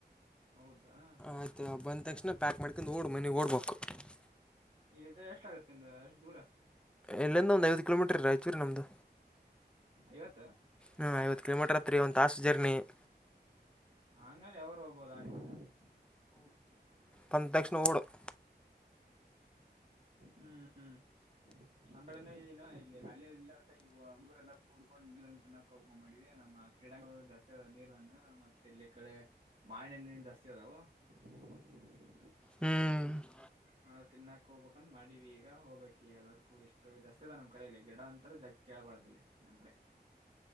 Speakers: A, on the right; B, in the centre.
A: ಹೌದಾ! <inaudible>
B: ಆಯ್ತು ಬಂದ ತಕ್ಷಣ ಪ್ಯಾಕ್ ಮಾಡಿಕೊಂಡು ಓಡು, ಓಡ ಬೇಕು ಮನೆಗೆ? <inaudible>
A: ಇಲ್ಲಿಂದ ಎಷ್ಟಾಗುತ್ತೆ ನಿಂದು ದೂರ? <inaudible>
B: ಇಲ್ಲಿಂದ, ಒಂದ್ ಐವತ್ತು ಕಿಲೋಮೀಟರ್! ರಾಯಚೂರು, ನಮ್ದು
A: ಐವತ್ತು
B: ಹಾ, ಐವತ್ತು. <inaudible> ಕಿಲೋಮೀಟ್ರ್, ಹತ್ರರಿ ಒಂದು ತಾಸು ಜರ್ನಿ? <inaudible>
A: ಹಂಗನ್, ಅವರು, ಒಬ್ಬ. <unintelligible>
B: ಬಂದು, ತಕ್ಷಣ, ಹೋಗುಬಿಡು. <inaudible>
A: ಹ್ಮ್, ಹ್ಮ್. <inaudible> ನಮ್ಮೂರಾಗ ಏನು ಇನ್ನೂ, ಅಲೈ, ಇಲ್ಲಿ, ಹಕ್ಕಿ ಹುಡ್ಕೊಂಡ್, ನಿಂತಕ್ಕ ಹೋಗಕೊಂಡ ಮಾಡಿವ. <unintelligible> ನಮ್ಮ, ಆಕಡೆ, ಧಹಸೆ, ನೀರನ್ನು ಮತ್ತೆ ಇಲ್ಲಿ ಕಡೆ? <inaudible> ಮಾವಿನ ಹಣ್ಣು, ಜಾಸ್ತಿ ಅದಾವೂ. <inaudible>
B: ಹ್ಮ್. <inaudible>
A: ನಾವು, ತಿನ್ನಾಕ್ ಹೋಗ್ಬೇಕಂದ್! ಮಾಡೀವಿ ಈಗ ಹೋಗ್ಬೇಕಕ್, ಎಲ್ಲಾರೂ, ಕೂಡಿ ಇಷ್ಟು ಜಾಸ್ತಿ, ನಮ್ ಕಡಲ್ಲ ಗಿಡ ಅಂತರ ಜಕ್ಕೆ. <unintelligible> ಬರೋದಿಲೈ, ನಮ್ಮ ಕಡೆ? <inaudible>